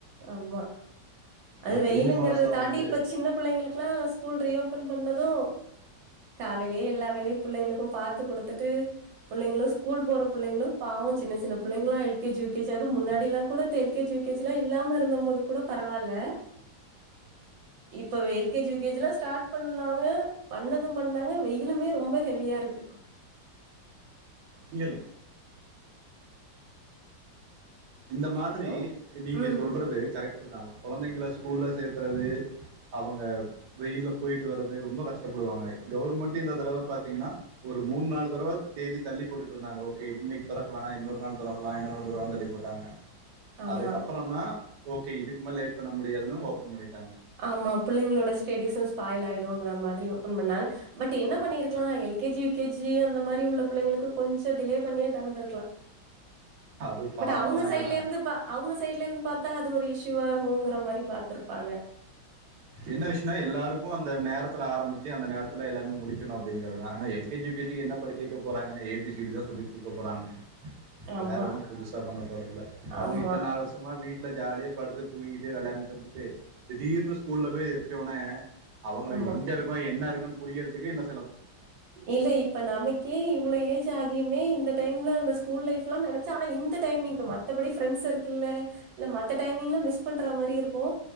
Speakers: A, on the right; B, on the right.
A: ஆமா அது வெயிலுங்கத
B: ஜூன் மாசம்
A: தாண்டி
B: வந்து
A: இப்ப சின்ன பிள்ளங்களுக்கு க்லா ஸ்கூல் ரீஓபன் பண்ணது காலையிலயே எல்லா வேலையு புள்ளங்களுக்கு பாத்து குடுத்துட்டு புள்ளங்களு ஸ்கூல் போற புள்ளங்களு பாவம் சின்ன சின்ன புள்ளங்களாம் எல் கே ஜி யூகே ஜிஅது முன்னாடிலா கூட இந்த L K G U K G லாம் இ இல்லாம இருந்த போது கூட பரவாலல் இப்ப L K G U K ஜிலாம் ஸ்டார்ட் பண்ணாங்க பண்ணது பண்ணாங்க வெயிலுமே ரொம்ப ஹெவியா இருக்கு
B: இங்கள்ளிங் இந்த மாதிரி
A: ஹலோ
B: நீங்க
A: ம்
B: சொல்றது கரெக்ட் தாங்க கொழந்தைங்க ஸ்கூல்ல சேத்துறதுஅவங்க வெயில போயிட்டு வர்ரது ரொம்ப கஷ்டப்படுவாங்க கவுர்மெண்டே இந்த தடவ பாத்திங்கன்ன ஒரு மூனு நாள் தடவ தேதி தள்ளி போட்டுட்டுருந்தாங்க ஓகே இன்னைக்கு இக்கவேணா இன்னொரு நாள் தொறக் வைனலா ஒரு ஒரு வாரந்த் தள்ளி ந்தாங்க
A: ஆமா
B: அதுக்கப்றந்தா ஓகே இதுக்மேல லேட் பண்ண முடியாதுன்னனு ஓபன் பண்ணிட்டாங்க
A: ஆமா பிள்ளைங்களோட ஸ்டேடிஸும் ஸ்பாயில் ஆயிடும்ங்கற மாதிரி ஓபன் பண்ணாங்க பட் என்ன பண்ணிருக்கலா L K G U K G அந்த மாரி உள்ள பிள்ளைங்களுக்கு கொஞ்ச டிலே பண்ணியே தெறந்திருக்கலா
B: அது பாவம்
A: பட் அவுங்க
B: தா
A: சைட்ல
B: ஏன்னா
A: இருந்து பா அவுங்க சைட்ல இருந்து பாத்தா அது ஒரு இஷ்யுவாகுங்கிற மாரி பாத்துருப்பாங்க
B: என்ன விஷயன்னா எல்லாருக்கு அந்த நேரத்துல ஆரம்பிச்சுஅந்த நேரத்துல எல்லாமே முடிக்கணு அப்டிங்கறதா ஆனா L K G U K ஜிக்கு என்ன படிக்க போறாங்கன்னா ஏ பி சி டி தா சொல்லி் குடுக்க போறாங்க
A: ஆமா
B: வேற ஒன்னு புதுசா பண்ண போறதுல்ல அவங்க
A: ஆமா
B: இத்தனால் வருஷமா வீட் ஜாலியா படுத்து தூங்கிட்டு வெளையாண்டுட்டுருந்துட்டு திடீர்னு ஸ்கூல்ல போய் இருச்சவுனே அவங்க
A: ஆமா
B: எங்க இருக்கொ என்ன இருக்கொன் புரியிறதுக்கே இந்த
A: இல்ல இப்ப நமக்கே இவ்ளோயேஜ் ச்சாகியுமே இந்த டைம்ல அந்த ஸ்கூல் லைஃப் லா நெனச்சா ஆனா இந்த டைமிங்கு மத்தபடி ஃப்ரண்ஸ் சர்க்கிள்ள மத்த டைமிங்ல மிஸ் பண்ற மாரி இருக்கு